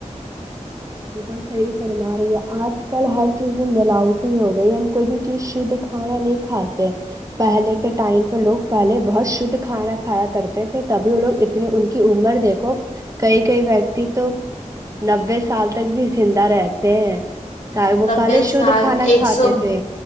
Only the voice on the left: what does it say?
نبے
سال
ایک
سو